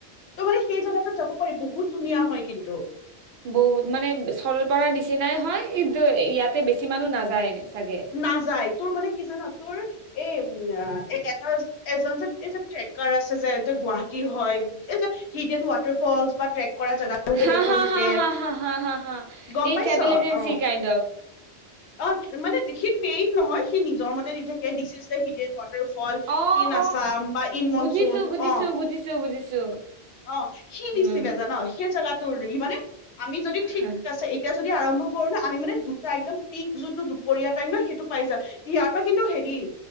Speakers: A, on the left; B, on the right.
A: ত' মানে সেই জাগাটোত যাব পাৰি বহুত ধুনীয়া হয় কিন্তু।
B: বহুত মানে সৰলপাৰ নিচনাই হয় কিন্তু ইয়াত। তাতে বেছি মানুহ নাযায়। চাগে
A: নাযায় তোৰ মানে কি জানা তোৰ। এই এটা এজন যে এই যে ট্ৰেকাৰ আছে যে গুৱাহাটী হয় এই যে হিড এন ৱাটাৰ ফলচ। বা ট্ৰেক কৰা জেগাবোৰ
B: হা
A: যে দেখুৱাই
B: হা
A: থাকে
B: হা হা হা হা‌ হা
A: গম
B: এই
A: পাইছ
B: travel agency
A: uh
B: kind of.
A: অ' মানে সি পেইড, নহয় সি নিজৰ ম দি থাকে, this is the hidden waterfall
B: uh
A: in Assam,
B: uh
A: বা ইন মনচুন
B: বুজিছো বুজিছো
A: অ'।
B: বুজিছো বুজিছো
A: অ' সি দিছিলে
B: হুম
A: জানো, সেই জেগাত তো ই মানে আমি যদি ঠিক
B: হা
A: আছে এতিয়া যদি আৰম্ভ কৰো ন আমি মানে দুটা, একদম পিক যোনটো দুপৰীয়া টাইম ন, সেইটো পাই যাম, ইয়াৰ পৰা কিন্তু হেৰি